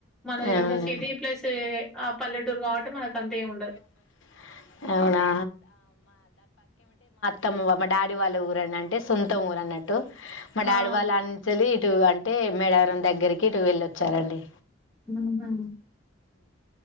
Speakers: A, in the centre; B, on the left (about 75°).
A: మనది
B: అవునా
A: అంత సిటీ ప్లేస్ ఆ పల్లెటూరు కాబట్టి మనకు అంత ఏ ఉండదు.
B: ఉండదు అవునా తమ మా డాడి వల్ల ఊరని అంటే సొంత ఊరు అన్నట్టు. మా డాడీ
A: ఆ
B: వాళ్ళు అంచలి ఇటు అంటే మేడవరం దగ్గరికి ఇటు వెళ్ళ వచ్చారండి.
A: హుహు